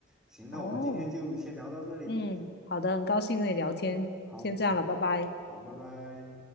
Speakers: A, in the centre; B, on the left.
A: 行，那我们今天就先聊到这里。
B: 哦。嗯，好的，很高兴跟你聊天，
A: 好，
B: 先这样了，拜拜。
A: 好，拜拜。